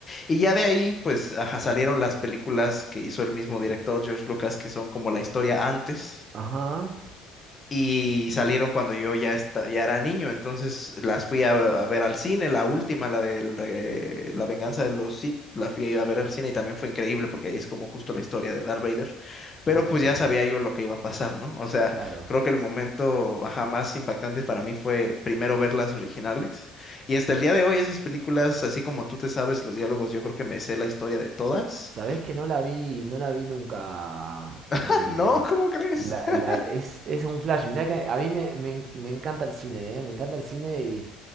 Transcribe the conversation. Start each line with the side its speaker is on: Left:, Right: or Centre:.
Left: Y ya de ahí, pues, ajá, salieron las películas que hizo el mismo director, George Lucas, que son como la historia antes,
Right: Ajá,
Left: y salieron cuando yo ya, esta- ya era niño, entonces las fui a, a ver al cine, la última, la de La venganza de los Sith, la fui a ver al cine y también fue increíble porque ahí es como justo la historia de Darth Vader, pero
Right: ok,
Left: pues ya sabía yo lo que iba a pasar, ¿no? O sea,
Right: claro.
Left: creo que el momento ajá, más impactante para mí fue primero ver las originales y hasta el día de hoy esas películas, así como tú te sabes los diálogos, yo creo que me sé la historia de todas.
Right: Sabés que no la vi, no la vi nunca.
Left: <laughs>
Right: eh,
Left: No, ¿cómo crees?
Right: la-
Left: <laughs>
Right: la- es, es un flash. Mirá que a mí me, me en- me encanta el cine, eh, Me encanta el cine y